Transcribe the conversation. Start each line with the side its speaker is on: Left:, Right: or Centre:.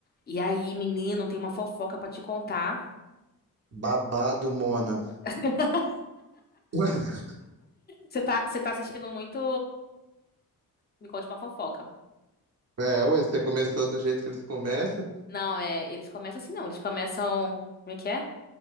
Left: E aí, menino, tem uma fofoca pra te contar.
Right: Babado, Mona.
Left: <laughs>
Right: <laughs>
Left: Você tá, você tá assistindo muito. Me conte uma fofoca.
Right: É, ué, você começou do jeito que eles começam.
Left: Não, é. Eles começam assim, não. Eles começam. Como é que é?